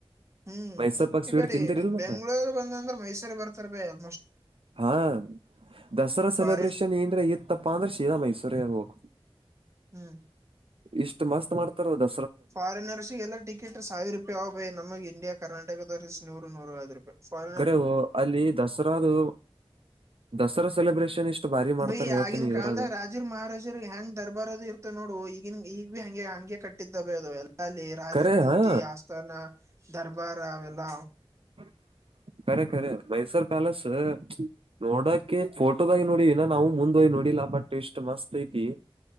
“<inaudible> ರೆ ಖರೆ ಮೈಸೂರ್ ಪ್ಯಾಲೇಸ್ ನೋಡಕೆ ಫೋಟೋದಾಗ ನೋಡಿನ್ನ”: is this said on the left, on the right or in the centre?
Right